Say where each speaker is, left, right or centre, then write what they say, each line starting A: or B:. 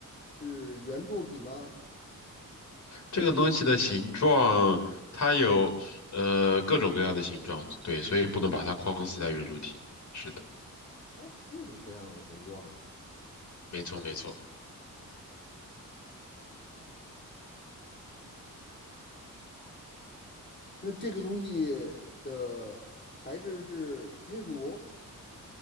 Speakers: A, on the left (about 30°); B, on the left (about 55°).
A: 是圆柱体吗？
B: 这个东西的形状，它有呃各种各样的形状，对，所以不能把它框死在圆柱体。是的，
A: 啊，各种各样的形状。
B: 没错没错，
A: 那这个东西的材质是金属、